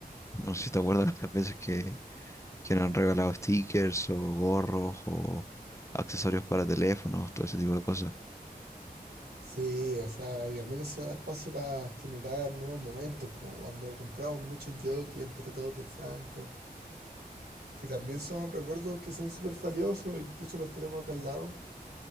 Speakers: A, on the left; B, on the right.
A: no sé si te acuerdas las veces que, que nos han regalado stickers o gorros o accesorios para teléfonos, todo ese tipo de cosas.
B: Sí, o sea, y también eso da espacio para generar nuevos momentos, como cuando compramos muchos jockeys entre todos del Franco que también son recuerdos que son súper valiosos, incluso los tenemos acá al lado,